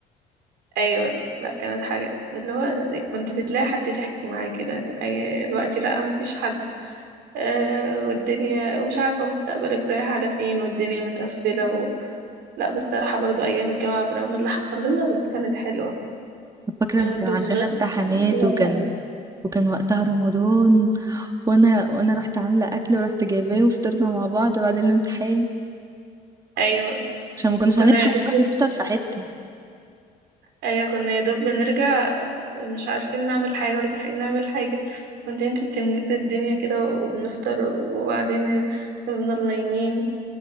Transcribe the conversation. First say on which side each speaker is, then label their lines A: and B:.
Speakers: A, on the right (about 80°); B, on the right (about 20°).
A: أيوة لا كانت حاجة اللي هو كنت بتلاقي حد تحكي معاه كده أي- الوقت لا مفيش حد أه والدنيا ومش عارفة مستقبلك رايح على فين والدنيا متقفلة و... لا بصراحة برضو أيام الجامعة برغم اللي حصل لنا بس كانت حلوة
B: فاكرة
A: كانت
B: لما كان عندنا
A: بتشغل
B: امتحانات
A: <laughs>
B: وكان وكان وقتها رمضان وانا وانا رحت عاملة اكل ورحت جايباه وفطرنا مع بعض بعد الامتحان
A: أيوة
B: عشان ما كناش
A: كنا
B: هنلحق
A: يا دوب
B: نروح نفطر في حتة
A: ايوه كنا يا دوب بنرجع مش عارفين نعمل حاجة ولا لاحقين نعمل حاجة كنت انت بتنجزي الدنيا كده وبنفطر وبعدين بنفضل نايمين